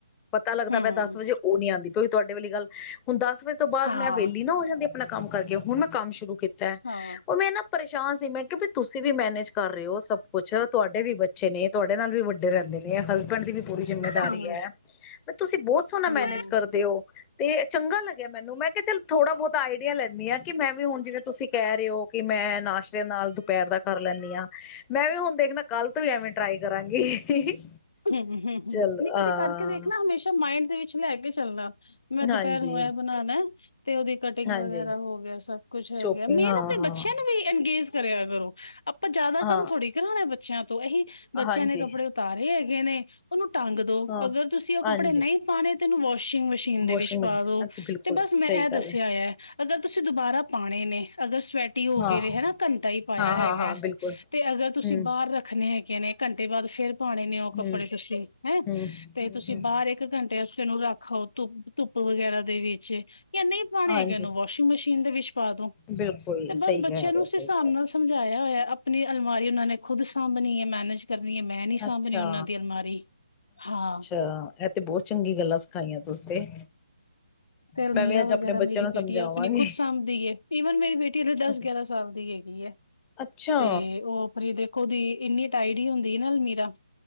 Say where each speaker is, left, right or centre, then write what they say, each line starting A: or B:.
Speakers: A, on the left; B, on the left.
A: ਪਤਾ ਲੱਗਦਾ
B: ਹਮ
A: ਪਯਾ ਦਸ ਵਜੇ ਓ ਨੀ ਆਂਦੀ ਪਈ। ਤੁਆਡੇ ਵਾਲੀ ਗੱਲ ਹੁਨ ਦਸ ਵਜੇ ਤੋਂ ਬਾਦ
B: ਹਾਂ
A: ਮੈਂ ਵੇਲੀ ਨਾ ਹੋ ਜਾਂਦੀ ਅਪਨਾ ਕੰਮ ਕਰਕੇ ਹੁਨ ਮੈਂ ਕੰਮ ਸ਼ੁਰੂ ਕੀਤ ਤਾ
B: ਹਾਂ
A: ਓ ਮੈਂ ਏਨਾਂ ਪਰੇਸ਼ਾਨ ਸੀ ਮੈਂ ਕੇਆ ਵੀ ਤੁਸੀਂ ਵੀ ਮੈਨੇਜ ਕਰ ਰੇ ਓ ਸਭ ਕੁਛ, ਤੁਆਡੇ ਵੀ ਬੱਚੇ ਨੇ ਤੁਆਡੇ ਨਾਲ ਵੀ ਵੱਡੇ ਰੈਂਦੇ ਨੇ ਹਸਬੈਂਡ ਦੀ ਵੀ ਪੂਰੀ ਜਿੰਮੇਦਾਰੀ
B: ਹੂੰ
A: ਐ ਵੀ ਤੁਸੀਂ ਬੋਤ ਸੋਨਾ
B: ਹੂੰ
A: ਮੈਨੇਜ ਕਰਦੇ ਓ ਤੇ ਚੰਗਾ ਲੱਗਿਆ ਮੈਨੂੰ ਮੈਂ ਕੇਆ ਚੱਲ ਥੋੜ੍ਹਾ ਬੋਤ ਆਈਡੀਆ ਲੈਂਨੀ ਆਂ ਕਿ ਮੈਂ ਵੀ ਹੁਨ ਜਿਵੇਂ ਤੁਸੀਂ ਕੈ ਰੇ ਓ ਕਿ ਮੈਂ ਨਾਸ਼ਤੇ ਦੇ ਨਾਲ ਦੁਪਹਿਰ ਦਾ ਕਰ ਲੈਂਨੀ ਆਂ। ਮੈਂ ਵੀ ਹੁਨ ਦੇਖਨਾ ਕੱਲ ਤੋਂ ਵੀ ਐਵੇਂ ਟਰਾਈ ਕਰਾਂਗੀ।
B: ਨਈ
A: ਚਲੋ
B: ਕਦੀ
A: ਹਾਂ
B: ਕਰਕੇ ਦੇਖਨਾ ਹਮੇਸ਼ਾ ਮਾਇੰਡ ਦੇ ਵਿੱਚ ਚ ਲੈ ਕੇ ਚੱਲਨਾ ਮੈਂ ਦੁਪਹਿਰ
A: ਹਾਂਜੀ,
B: ਨੂੰ ਐ ਬਨਾਂਨੈ ਤੇ ਓਦੀ ਕਟਿੰਗ
A: ਹਾਂਜੀ
B: ਵਗੈਰਾ ਹੋ ਗਿਆ, ਸਭ ਕੁਛ ਹੈਗੇ
A: ਚੋਪਿੰਗ
B: ਮੇਨ
A: ਹਾਂ,
B: ਅਪਨੇ
A: ਹਾਂ,
B: ਬੱਚੇਆਂ ਨੂੰ ਵੀ ਅੰਗੇਜ਼ ਕਰੇਆ ਕਰੋ। ਆਪਾਂ ਜਾਦਾ
A: ਹਾਂ
B: ਕੰਮ ਥੋੜ੍ਹੀ ਕਰਾਣਾ ਬੱਚੇਆਂ ਤੋਂ ਐਹੀ ਬੱਚੇਆਂ
A: ਹਾਂਜੀ,
B: ਨੇ ਕੱਪੜੇ ਉਤਾਰੇ ਹੈਗੇ ਨੇ ਓਨੂੰ ਟੰਗ ਦੋ
A: ਹਾਂ
B: ਅਗਰ ਤੁਸੀਂ ਓ ਕੱਪੜੇ
A: ਹਾਂਜੀ
B: ਨਹੀਂ ਪਾਣੇ ਤੇ ਓਨੂੰ ਵਾਸ਼ਿੰਗ ਮਸ਼ੀ ਸ਼ੀਨ ਦੇ
A: ਵਾਸ਼ਿੰਗ
B: ਵਿੱਚ ਪਾ
A: ਮਸ਼ੀਨ
B: ਦੋ
A: ਅਤੇ ਬਿਲਕੁਲ
B: ਤੇ ਬਸ ਮੈਂ
A: ਸਹੀ
B: ਐ ਦੱਸਿਆ
A: ਗੱਲ ਹੈ
B: ਹੋਏਆ। ਅਗਰ ਤੁਸੀਂ ਦੁਬਾਰਾ ਪਾਣੇ ਨੇ ਅਗਰ ਸਵੈ ਟੀ ਹੋ
A: ਹਾਂ,
B: ਗੇ ਨੇ ਹੈਨਾ, ਘੰਟਾ ਹੀ ਪਾਇਆ
A: ਹਾਂ,
B: ਹੈਗਾ
A: ਹਾਂ, ਹਾਂ ਬਿਲਕੁਲ
B: ਤੇ ਅਗਰ
A: ਹੂੰ,
B: ਤੁਸੀਂ ਬਾਰ ਰੱਖਨੇ ਹੈਗੇ ਨੇ ਘੰਟੇ ਬਾਦ ਫੇਰ ਪਾਣੇ ਨੇ ਓ
A: ਹੂੰ,
B: ਕੱਪੜੇ ਤੁਸੀਂ ਹੈਂ
A: ਹੂੰ, ਹੂੰ,
B: ਤੇ ਤੁਸੀਂ
A: ਹੂੰ
B: ਬਾਰ ਇੱਕ ਇੱਕ ਘੰਟੇ ਆਸਤੇ ਓਨੂੰ ਰੱਖ ਆਓ ਧੁੱਪ ਧੁੱਪ ਵਗੈਰਾ ਦੇ ਵਿੱਚ ਯਾ ਨਈ ਪਾਣੇ
A: ਹਾਂਜੀ
B: ਹੈਗੇ ਓਨੂੰ ਵਾਸ਼ਿੰਗ ਮਸ਼ੀਨ ਦੇ ਵਿੱਚ ਪਾ ਦੋ
A: ਬਿਲਕੁਲ
B: ਤੇ ਬਸ
A: ਸਹੀ ਕਹਿ
B: ਬੱਚੇਆਂ
A: ਰਹੇ
B: ਨੂੰ
A: ਹੋ,
B: ਉਸ ਹਿਸਾਬ
A: ਸਹੀ ਕਹਿ
B: ਨਾਲ ਸਮਝਾਇਆ ਹੋਇਆਅਪਨੀ ਅਲਮਾਰੀ ਓਨਾਂ ਨੇ ਖੁਦ ਸਾਂਭਨੀ ਐ, ਮੈਨੇਜ ਕਰਨੀ ਐ ਮੈਂ
A: ਰਹੇ
B: ਸਾਂਭਨੀ
A: ਅੱਛਾ,
B: ਓਨਾਂ ਦੀ ਅਲਮਾਰੀ ਹਾਂ।
A: <unintelligible> ਤੇ ਬੋਤ ਚੰਗੀ ਗੱਲਾਂ ਸਿਖਾਈਆਂ ਤੁਸੀ ਤੇ।
B: ਤੇ ਅਲਮੀਰਾ
A: ਮੈਂ ਵੀ ਅੱਜ
B: ਵਗੈਰਾ
A: ਆਪਣੇ ਬੱਚਿਆਂ
B: ਮੇਰੀ
A: ਨੂੰ ਸਮਝਾਵਾਂਗੀ
B: ਬੇਟੀ ਐ ਅਪਨੀ ਖੁਦ ਸਾਂਭਦੀ ਏ ਈਵਨ ਮੇਰੀ ਬੇਟੀ ਹਲੇ ਦਸ
A: ਅੱਛਾ,
B: ਗਿਆਰਾਂ ਸਾਲ ਦੀ ਹੈਗੀ ਏ।
A: ਅੱਛਾ,
B: ਤੇ ਓ ਅਪਨੀ ਦੇਖੋ ਦੀ ਇੰਨੀ ਟਾਈਡੀ ਹੁੰਦੀ ਨਾ ਅਲਮੀਰਾ